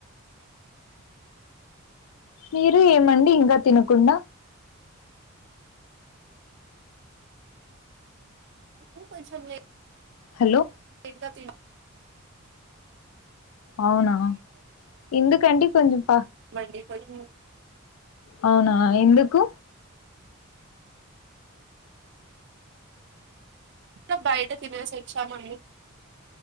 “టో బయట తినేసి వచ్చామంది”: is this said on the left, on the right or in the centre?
Right